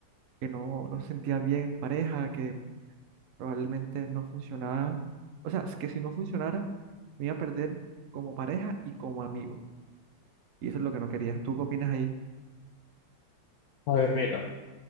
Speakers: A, on the right; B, on the left.
A: que no, no se sentía bien en pareja, que probablemente no funcionaba, o sea, es que si no funcionara, me iba a perder como pareja y como amigo. Y eso es lo que no quería. ¿Tú qué opinas ahí?
B: A ver, mira.